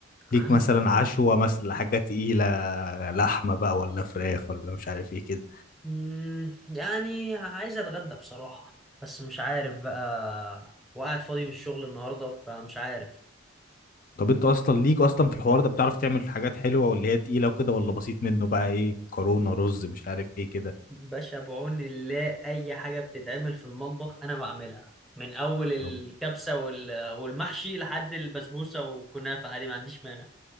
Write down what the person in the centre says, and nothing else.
عن...
مم، يعني عايز اتغدى بصراحه بس مش عارف بقى وقاعد فاضي من الشغل النهارده فمش عارف
باشا بعون الله اي حاجه بتتعمل في المطبخ انا بعملها من اول الكبسه
وال... والمحشي لحد البسبوسه والكنافه عادي ما عنديش مانع